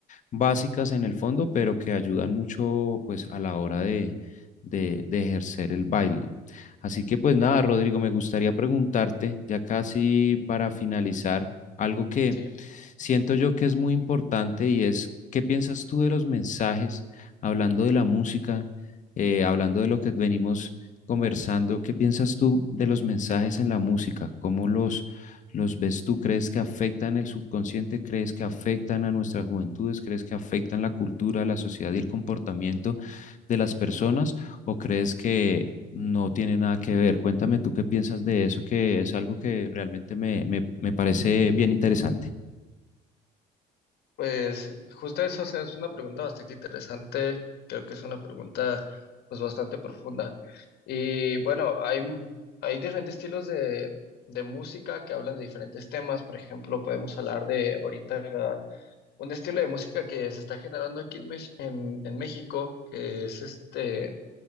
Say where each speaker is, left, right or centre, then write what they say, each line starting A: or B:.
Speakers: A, on the left; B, on the left.
A: básicas en el fondo, pero que ayudan mucho pues a la hora de, de, de ejercer el baile. Así que pues nada, Rodrigo, me gustaría preguntarte, ya casi para finalizar, algo que
B: Sí.
A: siento yo que es muy importante y es, ¿qué piensas tú de los mensajes, hablando de la música, eh, hablando de lo que venimos conversando, ¿qué piensas tú de los mensajes en la música? ¿Cómo los, los ves tú? ¿Crees que afectan el subconsciente? ¿Crees que afectan a nuestras juventudes? ¿Crees que afectan la cultura, la sociedad y el comportamiento de las personas? ¿O crees que no tiene nada que ver? Cuéntame tú qué piensas de eso, que es algo que realmente me, me, me parece bien interesante.
B: Pues justo eso, o sea, es una pregunta bastante interesante, creo que es una pregunta pues bastante profunda. Y bueno, hay, hay diferentes estilos de, de música que hablan de diferentes temas, por ejemplo, podemos hablar de ahorita un estilo de música que se está generando aquí en, Mex- en, en México, que es este